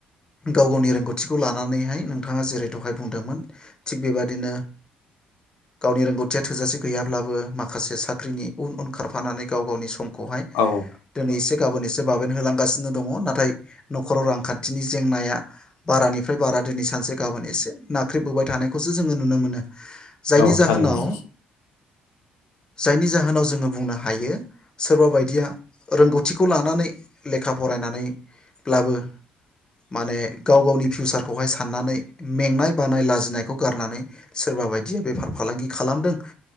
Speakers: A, on the left; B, on the left.
A: गाव गावनि रोंगौथिखौ लानानैहाय नोंथाङा जेरै दहाय बुंदोंमोन थिग बेबादिनो गावनि रोंगौथिया थोजासे गैयाब्लाबो माखासे स साख्रिनि उन उन खारफानानै गाव गावनि समखौहाय
B: औ
A: दिनै एसे गाबोन एसे बाबेन होलांगासिनो दङ नाथाय न'खराव रांखान्थिनि जेंनाया बारानिफ्राय बारा दिनै सानसे गाबोन एसे नाख्रेबोबाय थानायखौसो जोङो नुनो मोनो जायनि
B: औ
A: जाहोनाव
B: थारैनो
A: जायनि जाहोनाव जोङो बुंनो हायो सोरबा बायदिया रोंगौथिखौ लानानै लेखा फरायनानै ब्लाबो माने गाव गावनि फिउसारखौहाय साननानै मेंनाय बानाय लाजिनायखौ गारनानै सोरबा बायदिया बेफार फालांगि खालामदों